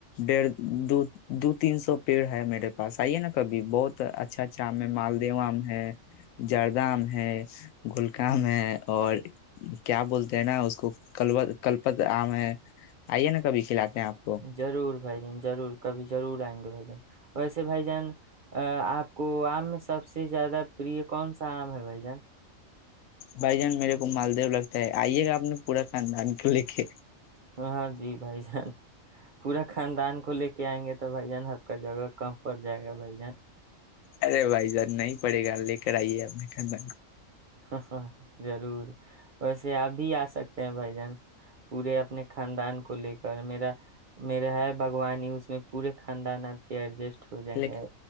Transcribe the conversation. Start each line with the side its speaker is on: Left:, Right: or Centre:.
Left: ڈڑھ دو دو تین سو پیڑ ہے میرے پاس آئیے نا کبھی بہت اچھا اچھا آم ہے مالدو آم ہے جردہ آم ہے گھلکا آم ہے اور کیا بولتے ہیں نا اس کو ک کلپت آ میں آئیے نا کبھی کھلاتے ہیں آپ کو
Right: ضرور بھائی ج جضور کبھی ضرور آئیں گے بھ جن ویسے بھائی جان آپ کو آم میں سب سے زیادہ پر کون سا آم ہے بھائی جان
Left: بھائی جان میرے کو مالدیو لگتا ہے آئیے گا آپ نے پورا خاندان کو لے کے
Right: ہاں ہاں جی بھائی جان پورا خاندان کو لے کے آئیں گے تو بھ جان آب کا جگہ کہم پڑ جائے گا بھائی جان
Left: ارے بھائی جر نہیں پڑے گا لے کر آئیے ا کو
Right: ہ ضرور ویسے آپ بھی آ سکتے ہیں بھ جن پورے اپنے خاندان کو لے کر میرا میرا ہے بھوانی ہی اس میں پورے خاندان آپ کے ایڈجسٹ ہو جائیں
Left: ل
Right: گے